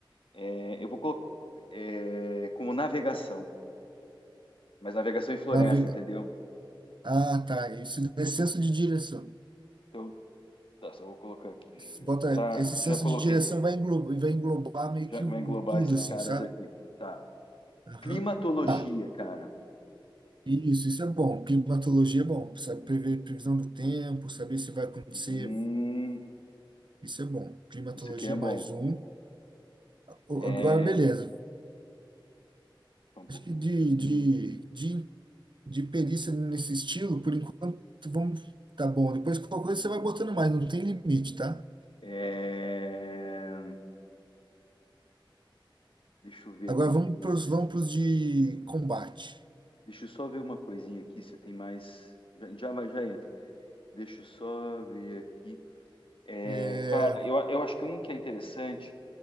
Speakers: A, on the left; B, on the right.
A: é, eu vou colocar é, como navegação, mas navegação em floresta,
B: Navega.
A: entendeu?
B: Ah, tá. Esse, esse senso de direção.
A: Então, tá, só vou colocar aqui. ge-
B: Esse- Bota,
A: Ah,
B: esse senso
A: já coloquei.
B: de direção vai englobar, vai englobar meio
A: Já
B: que
A: vou
B: um-
A: englobar
B: tudo,
A: esses
B: assim,
A: caras
B: sabe?
A: aqui. Tá.
B: Aham.
A: Climatologia,
B: Tá.
A: cara.
B: E Isso, isso é bom. Climatologia é bom. Sabe, prever previsão do tempo, saber se vai acontecer.
A: Uhum,
B: Isso é bom. Climatologia
A: isso aqui é bom.
B: mais um. O-
A: É,
B: Agora, beleza.
A: só um pouquinho
B: Acho que de,
A: aqui.
B: de, de, de perícia nesse estilo, por enquanto, vamos. Tá bom. Depois, qualquer coisa você vai botando mais, não tem limite, tá?
A: É, Deixa eu ver
B: Agora
A: aqui o
B: vamos
A: que mais.
B: para os vamos pros de combate.
A: Deixa eu só ver uma coisinha aqui se tem mais. Já, já vai, já entra. Deixa eu só ver aqui. É,
B: É,
A: cara, eu, eu acho que um que é interessante